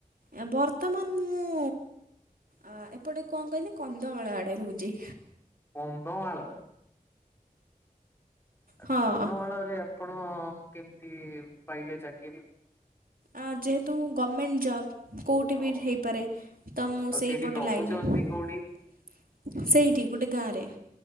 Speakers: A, on the right; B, on the left.
A: ଏ ବର୍ତ୍ତମାନ ମୁଁ ଆ ଏପଟେ ଙ୍କ କହିଲି କନ୍ଧମାଳ ଆଡ଼େ ରହୁଚି।
B: କନ୍ଧମାଳରେ
A: ହଁ।
B: କନ୍ଧମାଳରେ ଆପଣ କେମତି ପାଇଲେ ଚାକିରି?
A: ଆ ଯେହେତୁ ଗମେଣ୍ଟ ଜବ୍ କୋଉଠି ବି
B: ଓହୋ।
A: ହେଇପାରେ ତ ମୁଁ
B: ଆଉ
A: ସେଇପଟ
B: ସେଇଠି ରହୁଛନ୍ତି
A: ଲାଇନରେ।
B: କୋଉଠି
A: ସେଇଠି ଗୋଟେ ଗାଁରେ।